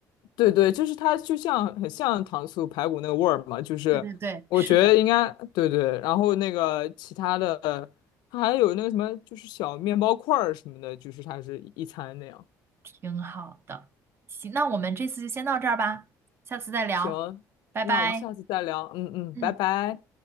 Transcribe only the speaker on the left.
对对，就是它就像很像糖醋排骨那个味儿嘛，就是我觉得应该对对，
然后那个其他的，它还有那个什么，就是小面包块儿什么的，就是它是一餐那样。
嗯，
那我们下次再聊，嗯嗯，
拜拜。